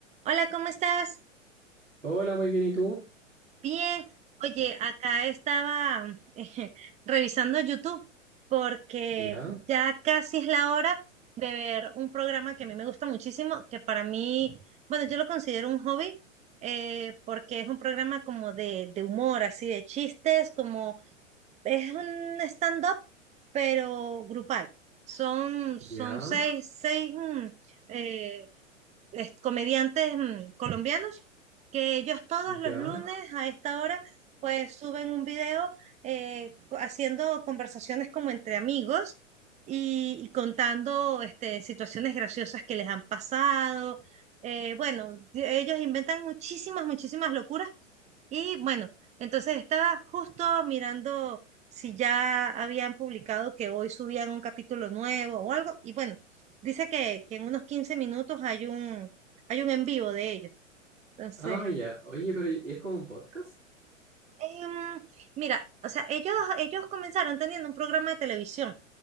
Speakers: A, on the right; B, on the right.
A: Hola, ¿cómo estás?
B: Hola, muy bien, ¿y tú?
A: Bien. Oye, acá estaba <laughs> eh, revisando YouTube porque
B: Ya,
A: ya casi es la hora de ver un programa que a mí me gusta muchísimo, que para mí, bueno, yo lo considero un hobby eh, porque es un programa como de, de humor, así de chistes, como es un stand-up, pero grupal. Son, son
B: ya,
A: seis, seis mm, eh, es- comediantes mm, colombianos, que ellos todos los
B: ya.
A: lunes a esta hora pues suben un video eh, co- haciendo conversaciones como entre amigos y, y contando este, situaciones graciosas que les han pasado. Eh, bueno, de- ellos inventan muchísimas, muchísimas locuras y bueno, entonces estaba justo mirando si ya habían publicado que hoy subían un capítulo nuevo o algo. Y bueno, dice que, que en unos 15 minutos hay un, hay un en vivo de ellos. Entonces,
B: Ah, ya. Oye, pero ¿y- ¿es como un podcast?
A: em, mira, o sea, ellos, ellos comenzaron teniendo un programa de televisión.